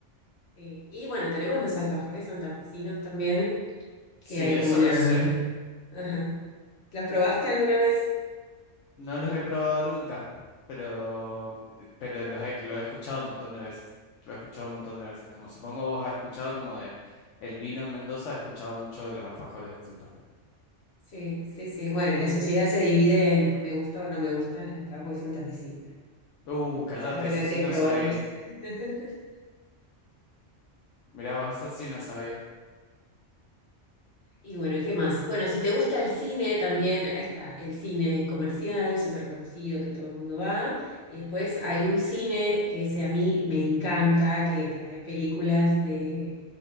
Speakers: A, on the left; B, on the left.
A: sí. Y bueno, tenemos los alfajores santafesinos también, que
B: Sí,
A: hay
B: eso
A: como una...
B: lo sé.
A: Ajá. ¿Los probaste alguna vez?
B: No los he probado nunca, pero, pero los he, lo he escuchado un montón de veces. Lo he escuchado un montón de veces. Como supongo vos has escuchado como de el vino en Mendoza, he escuchado mucho de los alfajores en Santa Fe.
A: Sí, sí, sí. Bueno, y la sociedad se divide en me gusta o no me gusta el alfajor santafesino.
B: Uh, cállate,
A: Que vas a tener
B: eso sí
A: que
B: no
A: probarlos.
B: sabía.
A: <laughs>
B: Mirá vos, eso sí no sabía.
A: Y bueno, ¿qué más? Bueno, si te gusta el cine, también está el cine comercial, súper conocido, que todo el mundo va. Y después hay un cine que ese a mí me encanta, que trae películas de,